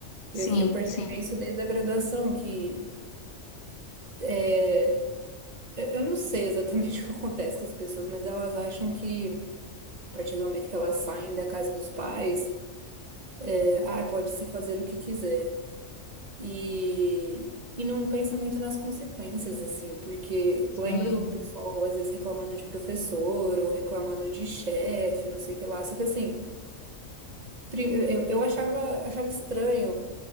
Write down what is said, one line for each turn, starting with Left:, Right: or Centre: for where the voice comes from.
Right: Eu,
Left: Sim,
Right: e eu percebi
Left: sim,
Right: isso desde a graduação, que é, eu eu não sei exatamente <laughs> o que acontece com as pessoas, mas elas acham que a partir do momento que elas saem da casa dos pais, é, ah, pode-se fazer o que quiser. E, e não pensa muito nas consequências, assim, porque
Left: sim.
Right: eu lembro o pessoal às vezes reclamando de professor ou reclamando de chefe, não sei o que lá. Só que assim, pri- eu, eu achava, achava estranho,